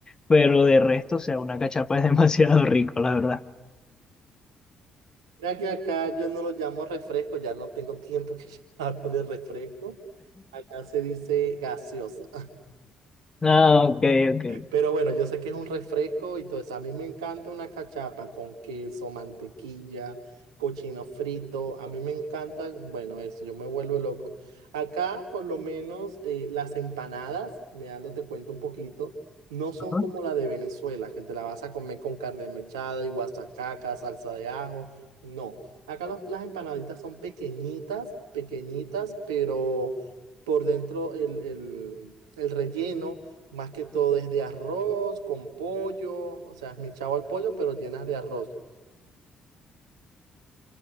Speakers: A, on the left; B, on the right.
A: Pero de resto, o sea, una cachapa es <laughs> demasiado rico, la verdad.
B: Mira que acá yo no lo llamo refresco, ya no tengo tiempo que <laughs> yo hablo de refresco. Acá se dice gaseosa.
A: Ah, ok, ok.
B: Pero bueno, yo sé que es un refresco y todo eso. A mí me encanta una cachapa con queso, mantequilla, cochino frito. A mí me encanta, bueno, eso, yo me vuelvo loco. Acá, por lo menos, eh, las empanadas, Leandro, te cuento un poquito, no son
A: Ajá.
B: como la de Venezuela, que te la vas a comer con carne mechada y guasacaca, salsa de ajo. No. Acá los- las empanaditas son pequeñitas, pequeñitas, pero por dentro el, el el relleno. Más que todo es de arroz con pollo, o sea, es mi chavo al pollo, pero llenas de arroz.